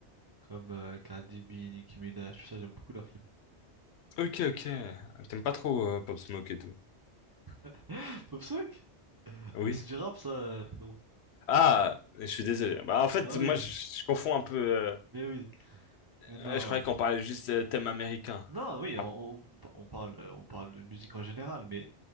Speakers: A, on the right; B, on the left.
A: comme euh, Cardi B, Nicki Minaj, tout ça, j'aime beaucoup leurs clips.
B: Ok, ok. T'aimes pas trop euh, Pop Smoke et tout.
A: <laughs> Popsec?
B: Oui.
A: Mais c'est du rap ça, frérot.
B: Ah, je suis désolé. Bah, en fait,
A: Bah
B: moi,
A: oui,
B: je, je confonds un peu. euh,
A: mais oui, mais non.
B: euh, je croyais qu'on parlait juste euh, thème américain.
A: Non, oui,
B: Ah,
A: on, on- on parle, euh, on parle de musique en général, mais